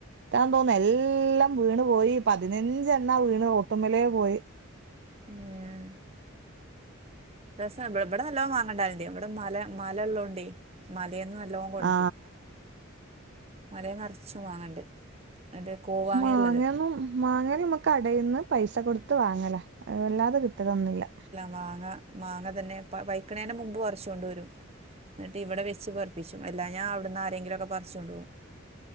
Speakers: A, on the right (about 55°); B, on the right (about 30°).
A: തോന്നുന്നു എല്ലം വീണ് പോയി പതിനഞ്ചെണ്ണ വീണ് മെത്തുമമ്മലയെ പോയി
B: മ്മ് രസണ് ഇവിടെ നല്ലോ മാങ്ങഉണ്ടാവലുണ്ട് ഇവിടെ മല മല ഉള്ളണ്ട് ണ്ട് മലേന്ന് നല്ലോം കൊണ്ടരും
A: ആ
B: മലയിൽ നിറച്ചു മാങ്ങണ്ട് ന്നട്ട് കൂവാങ്ങള്ളത്
A: മാങ്ങന്നും മാങ്ങ നമുക്ക് കടയിൽന്ന് പൈസ കൊടുത്ത് വാങ്ങല വല്ലാതെ കിട്ടലൊന്നുമില്ല
B: മാങ്ങാ മാങ്ങ തന്നെ വൈക്കണേന മുമ്പ് പറച്ചോണ്ട് കൊണ്ടുവരും എന്നിട്ട് ഇവിടെ വെച്ച് പറപ്പിച്ചും എല്ലാ ഞ അവിടുന്ന് ആരെങ്കിലൊക്കെ പറിച്ചുൊണ്ട് പോകും